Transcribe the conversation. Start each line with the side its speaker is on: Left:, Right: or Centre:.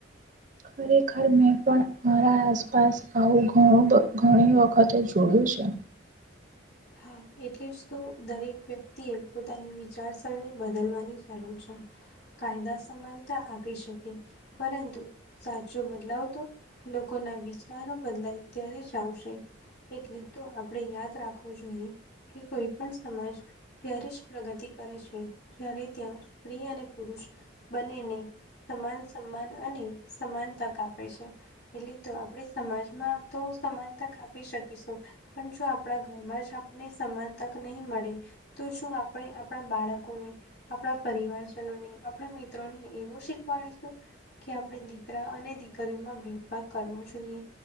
Right: ખરેખર મેં પણ મારા આસપાસ આવું ઘણું બ ઘણી વખતે જોયું છે.
Left: હા એટલે જ તો દરેક વ્યક્તિ એ પોતાની વિચાર સ સરણી બદલવાની જરૂર છે, કાયદા સમાનતા આપી શકે. પરંતુ સાચો બદલાવ તો લોક લોકો ના વિચારો બદલાય ત્યારે જ આવશે એટલે તો આપણે યાદ રાખ રાખવું જોઈએ કે કોઈ પણ સમાજ ત્યારે જ પ્રગતિ કરે છે જ્યારે ત્યાં સ્ત્રી અને પુરુષ બંનેને સમાન સમ્માન અને સમાન તક આપે છે. એટલી તો આપણે સમાજમાં તો સમાનતા કાપી શકીશું પણ જો આપણા ઘરમાં જ આપને સમાન તક નહી મળે તો શું આપણે આપણા બાળકોને આપણા પરિવારજનો ને આપણા મિત્રોને એવું શીખવાડીશું. કે આપણે દીકરા અને દીકરીઓમાં ભેદભાવ કરવો જોઈએ.